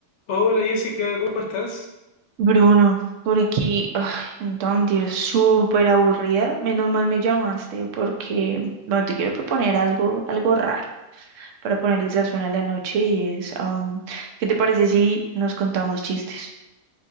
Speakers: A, on the left; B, on the right.
A: Hola Jessica, ¿cómo estás?
B: Bruno, por aquí, ay, no te voy a mentir, súper aburrida. Menos mal me llamaste porque, bueno, te quiero proponer algo, algo raro para ponerle sazón a la noche y es, am, ¿qué te parece si nos contamos chistes?